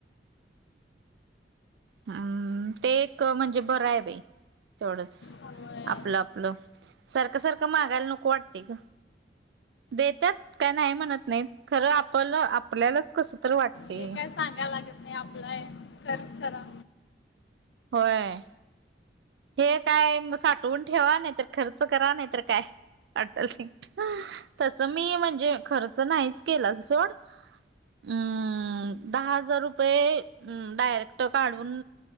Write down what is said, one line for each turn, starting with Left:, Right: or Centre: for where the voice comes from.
Right: हम्म ते एक म्हणजे बरं हाय बाई तेवढंच
Left: होय
Right: आपलं आपलं सारखं सारखं मागायला नको वाटतंय ग. देत्यात काय नाही म्हणत नाही खरं आपलं आपल्यालाच कसं तर वाटते.
Left: हे काय सांगायला लागत नाही आपलाय खर्च करा.
Right: होय. हे काय साठवून ठेवा नाहीतर खर्च करा नाहीतर काय अटल सिंग तसं मी म्हणजे खर्च नाहीच केला सोड हम्म दहा हजार रुपये डायरेक्ट काढून